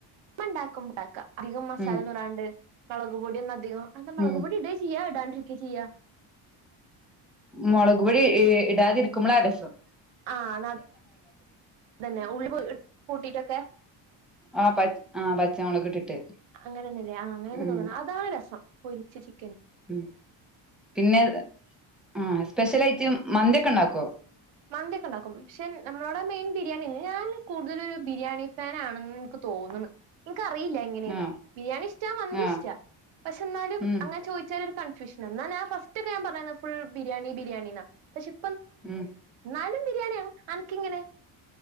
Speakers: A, on the right; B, in the centre.
A: മ്മണ്ടാക്കുമ്പണ്ടാക്കാ അധികം മസാലൊന്നിടാണ്ട്
B: ഉം
A: മളകുപൊടിയൊന്നു അധികം അഎന്ത മളകു
B: ഉം
A: പൊടി ഇടേ ചെയ്യാ ഇടാണ്ട് ക്കി ചെയ്യ
B: മൊളക്പൊടി ഇടാതെ ഇരിക്കുമ്പളാരസം
A: ആ ന്ന അതന്നെ ഉള്ളി പൂട്ടിട്ടൊക്കെ
B: ആ പ ആ പച്ചമുളക് ഇട്ടിട്ട്
A: അങ്ങനെന്നല്ലേ ആ അങ്ങനെന്നെ
B: ഉം
A: തോന്ന്ണു അതാ രസം. പൊരിച്ച ചി-
B: ഉം പിന്നെ ആ സ്പെഷ്യലയിട്ട് മന്തിയൊക്കെ ഇണ്ടാ- കൊ?
A: മന്തിയൊക്കെ ഇണ്ടാക്കും. പക്ഷെ നമ്മളോടെ മെയിൻ ബിരിയാണി. ഞാൻ കൂട് തലൊരു ബിരിയാണി ഫാന് ആണെന്ന് ഇക്ക് തോന്ന്ണ് ഇന്ക്ക അറിയില്ല എങ്ങനെന്ന്
B: ആ
A: ബിരിയാണി ഇഷ്ട മന്തി
B: ആ
A: ഇഷ്ട പക്ഷെ എന്നാലും
B: ഉം
A: അങ്ങനെ ചോയിച്ചാല് ഒര് കൺഫ്യൂഷനാ, എന്നാ ഞാ ഫസ്റ്റോക്ക ഞാൻ പറയ്ണ് ഫുൾ ബിരിയാണി ബിരിയാണിന്നാ പക്ഷെ ഇ
B: ഉം
A: എന്നാലും ബിരിയാണിയണ്, അനക്കിങ്ങനെ